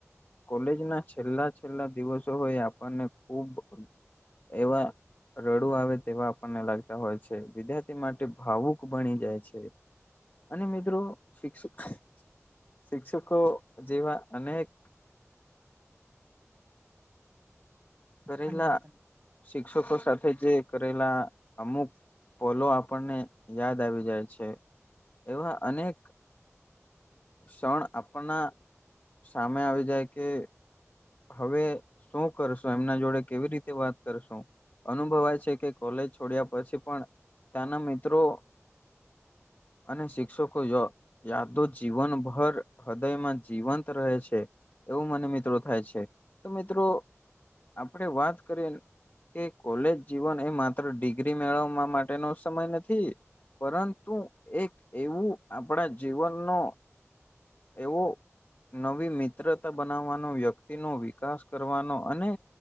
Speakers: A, on the left; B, on the right.
A: કોલેજના છેલ્લા છેલ્લા દિવસો હોય, એ આપણને ખુબ એવા રડવું આવે તેવા આપણને લાગતા હોય છે. વિદ્યાર્થી માટે ભાવુક બની જાય છે. અને મિત્રો <unintelligible> શિક્ષકો જેવા અનેક કરેલા,
B: હા મિત્ર તમે
A: શિક્ષકો સાથે જે કરેલા અમુક પોલો આપણને યાદ આવી જાય છે, એવા અનેક શણ આપણા સામે આવી જાય કે હવે શું કરશું, એમના જોડે કેવી રીતે વાત કરશું? અનુભવાય છે કે કોલેજ છોડ્યા પછી પણ ત્યાંના મિત્રો અને શિક્ષકો જો યાદો જીવનભર હૃદયમાં જીવંત રહે છે, એવું મને મિત્રો થાય છે તો મિત્રો આપણે વાતકરીએ. કે કોલેજ જીવન એ માત્ર ડિગ્રી મેળવવા મા માટેનો સમય નથી. પરંતુ એક એવું આપણા જીવનનો એવું નવી મિત્રતા બનાવવાનો વ્યક્તિનો વિકાસ કરવાનો અને